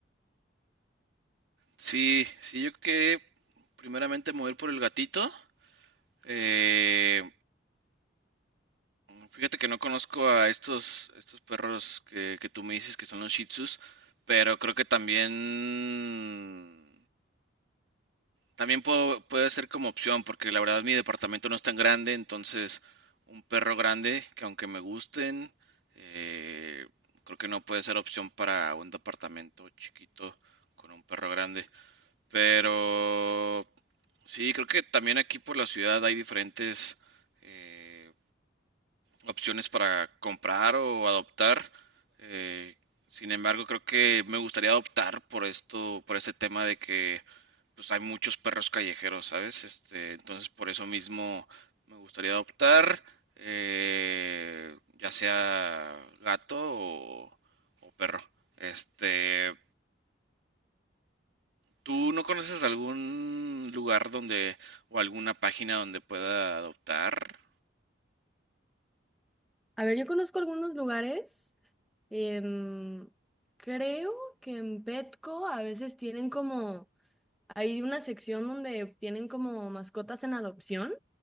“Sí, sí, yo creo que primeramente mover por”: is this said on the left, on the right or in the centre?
Right